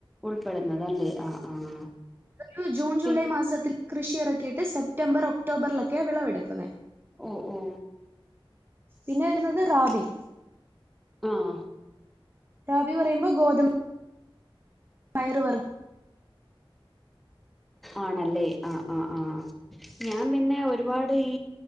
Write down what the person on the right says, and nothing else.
ഒരു ജൂൺ ജൂലൈ
മാസത്തിൽ കൃഷി ഇറക്കിയിട്ട് സെപ്റ്റംബർ ഒക്ടോബറിലൊക്കെ വിളവെടുക്കുന്ന
പിന്നെ വരുന്നത് റാബി.
റാബി പറയുമ്പോ ഗോതമ്പ പയർ വർഗം